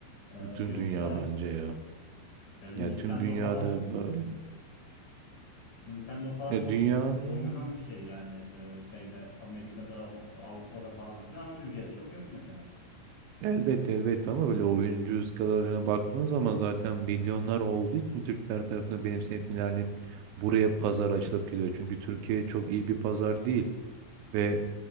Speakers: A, on the left (about 50°); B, on the right (about 80°).
A: Ee,
B: Bütün
A: yoksa
B: dünya bence ya.
A: ya Nintendo
B: Ya tüm dünyada
A: falan
B: böyle.
A: Nintendo falan
B: Ya
A: çok
B: dünyanın
A: oynanan bir şey yani Ee, şeyde Amerika'da, Avrupa'da falan filan ama Türkiye'de çok yok mesela.
B: Elbette elbette ama böyle oyuncu skalarına baktığın zaman zaten milyonlar olduğu için Türkler tarafından benimsenip ilerleyip buraya pazar açılıp geliyor. Çünkü Türkiye çok iyi bir pazar değil ve